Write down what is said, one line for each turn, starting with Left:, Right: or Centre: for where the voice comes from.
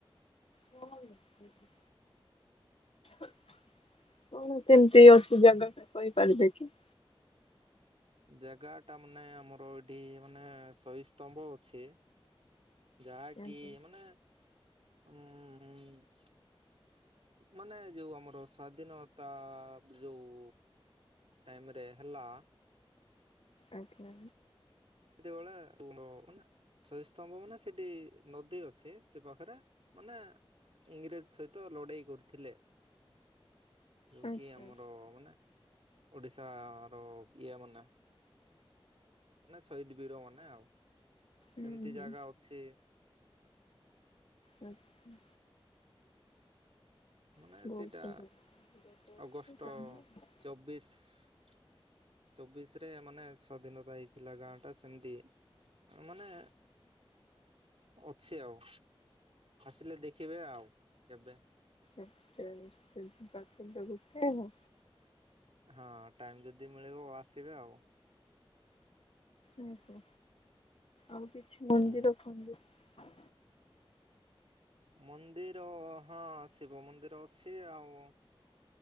Left: ଭଲ ହିଁ <unintelligible> କଣ ସେମିତି ଅଛି ଜାଗା ଟା କହିପାରିବେ କି?
Right: ଜାଗା ଟା ମାନେ ଆମର ଏଇଠି ମାନେ ସହି ସ୍ତମ୍ଭ ଅଛି। ଯାହାକି
Left: ଆଜ୍ଞା
Right: ମାନେ ଉଁ ଉଁ ମାନେ ଯୋଉ ଆମର ସ୍ଵାଧୀନତା ଯୋଉ ଟାଇମ୍ ରେ ହେଲା।
Left: ଆଜ୍ଞା।
Right: ଦେଓଳ <unintelligible> ସହି ସ୍ତମ୍ଭ ମାନେ ସେଠି ନଦୀ ଅଛି ସେ ପାଖରେ। ମାନେ ଇଂରେଜ ସହିତ ଲଢେଇ କରୁଥିଲେ। ଯୋଉ
Left: ଆଚ୍ଛା ଆଚ୍ଛା
Right: କି ଆମର ମାନେ ଓଡ଼ିଶାର ଇଏ ମାନେ। ସହିଦ୍ ବୀର ମାନେ। ସେମିତି
Left: ହୁଁ ହୁଁ ହୁଁ
Right: ଜାଗା ଅଛି।
Left: ହୁଁ ଉଁ।
Right: ମାନେ
Left: ବହୁଛନ୍ତି।
Right: ସେଇଟା ଅଗଷ୍ଟ ଚବିଶ। ଚବିଶ ରେ ମାନେ ସ୍ଵାଧୀନତା ହେଇଥିଲା ଗାଁ ଟା ସେମିତି ମାନେ ଅଛି ଆଉ। ଆସିଲେ ଦେଖିବେ ଆଉ କେବେ।
Left: ଆଚ୍ଛା ନିଶ୍ଚୟ ତ ଗୋଟେ ଆଉ।
Right: ହଁ ଟାଇମ୍ ଯଦି ମିଳିବ ଆସିବେ ଆଉ।
Left: ଓହୋ ଆଉ କିଛି ମନ୍ଦିର
Right: ହୁଁ।
Left: ଖନ୍ଦିର।
Right: ମନ୍ଦିର ହଁ ଶିବ ମନ୍ଦିର ଅଛି ଆଉ